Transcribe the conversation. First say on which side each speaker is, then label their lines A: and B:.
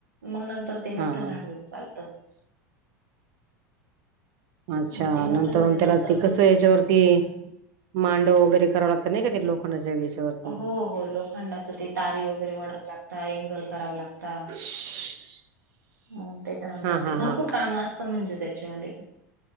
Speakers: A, on the right; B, on the right.
A: मग नंतर ते मोठं
B: हा हा
A: झाड होत चालतं.
B: अच्छा!
A: मग ते मोठं
B: नंतर
A: झाल्यानंतर
B: त्याला ते कसं
A: ब
B: याच्यावरती मांडव वगैरे कराव लागत नाही का ते लोखंडाच्या याच्यावरती
A: हो, हो. लोखंडाच ते तारी वगैरे ओढावं लागत, एंगल करावं लागत
B: <inaudible>
A: मग त्याच्यानंतर
B: हा हा
A: ते भरपूर
B: हा
A: काम असत म्हणजे त्याच्यावाले